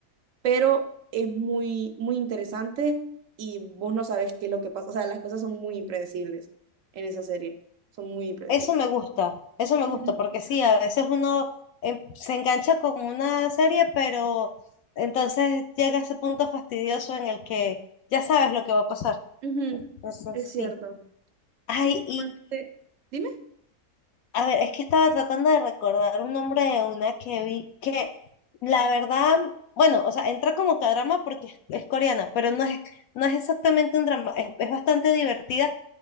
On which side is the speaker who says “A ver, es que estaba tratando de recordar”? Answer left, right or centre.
Left